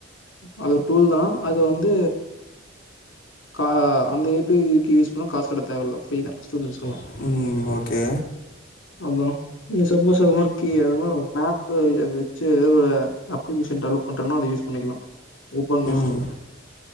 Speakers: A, on the left; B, on the left.
A: அது ஒரு டூல் தா அது வந்து கா அந்த ஏபிஐக்கு காசுகட்ட தேவல்ல ஃப்ரீ தா ஸ்டூடன்ஸ்குலா
B: ம் ஓகே
A: அதா நீ சப்போஸ் அது மாரி கீ அ மாரி மேப்பு வச்சு ஏதோ ஒரு அப்ளிகேஷன் டெவலப் பண்றனா அத யூஸ் பண்ணிக்கலா ஒபன் மை
B: ம்
A: ஸ்ட்ரீட்